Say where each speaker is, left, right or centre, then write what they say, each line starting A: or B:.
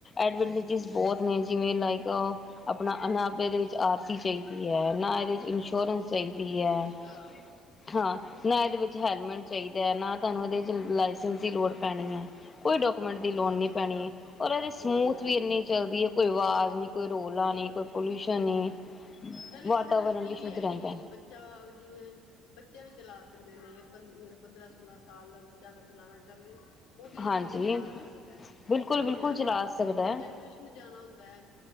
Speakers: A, on the left (about 30°); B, on the left (about 80°).
A: ਐਡਵਾਂਟੇਜਸ ਬਹੁਤ ਨੇ ਜਿਵੇਂ ਲਾਈਕ <unintelligible> ਨਾ ਇਹਦੇ ਵਿੱਚ ਆਰਸੀ ਚਾਹੀਦੀ ਹੈ ਨਾ ਇਨਸ਼ੋਰੈਂਸ
B: ਹਾਂ
A: ਚਾਹੀਦੀ ਹੈ
B: ਅੱਛਾ
A: <unintelligible> ਹਾਂ ਨਾ ਇਹਦੇ ਵਿੱਚ ਹੈਲਮੇਟ ਚਾਹੀਦਾ ਹ ਨਾ ਇਹਦੇ ਵਿੱਚ ਤੁਹਾਨੂੰ ਲਾਈਸੈਂਸ ਦੀ ਲੋੜ ਪੈਣੀ ਹ ਕੋਈ ਡਾਕੂਮੈਂਟ
B: ਅੱਛਾ
A: ਦੀ ਲੋੜ ਨਹੀਂ ਪੈਣੀ ਹੈ ਹੋਰ ਇਸ
B: ਹੂੰ
A: ਮੂਦ ਵੀ ਇਨੀ ਚਲਦੀ ਹੈ ਆਵਾਜ਼ ਨਹੀਂ ਕੋਈ ਰੌਲਾ ਨਹੀਂ <unintelligible>
B: ਨਾਲੇ
A: ਵਾਤਾਵਰਨ
B: ਕਹਿੰਦੇ ਹਲਕੀ ਵੀ
A: ਸ਼ੁੱਧ
B: ਹੈਗੀ
A: ਰਹਿੰਦਾ
B: ਹੈ ਬਈ ਬੱਚਾ ਜਿਵੇਂ ਬੱਚਾ ਵੀ ਚਲਾ ਸਕਦੇ ਨੇ ਪੰਦਰਾਂ ਸੋਲਾ ਸਾਲ ਦਾ ਬੱਚਾ ਅਗਰ ਚਲਾਣਾ ਚਾਵੇ ਉਹ ਵੀ
A: ਹਾਂਜੀ
B: ਇਜੀਲੀ ਚਲਾ ਸਕਦਾ ਹੈ
A: ਬਿਲਕੁਲ
B: ਕੁੜੀਆਂ
A: ਬਿਲਕੁਲ ਚਲਾ
B: ਨੇ
A: ਸਕਦਾ
B: ਬੱਚਿਆਂ
A: ਹੈ
B: ਨੇ ਟਿਊਸ਼ਨ ਜਾਨਾ ਹੁੰਦਾ ਹੈ